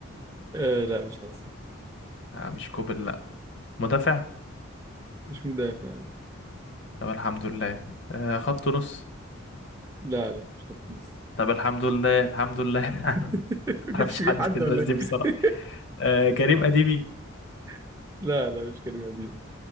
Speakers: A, on the right (about 15°); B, on the left (about 60°).
A: آه لا مش حاسس
B: آه مش كوبل لا مدافع
A: مش مدافع
B: طب الحمد لله آه خط نص
A: لا لا مش خط نص
B: طب الحمد لله الحمد لله <laughs>
A: <laughs>
B: معرفش
A: كنتش تجيب
B: حد
A: حد
B: في الناس
A: ولا
B: دي بصراحه
A: ايه
B: آه كريم اديبي
A: <laughs> لا لا مش كريم أديب